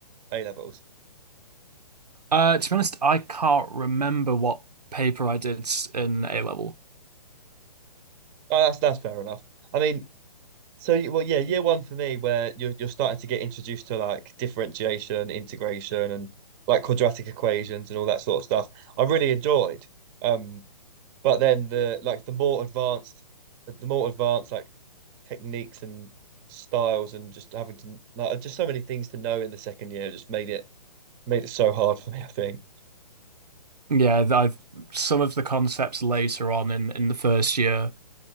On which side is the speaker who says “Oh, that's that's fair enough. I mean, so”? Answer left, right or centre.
Right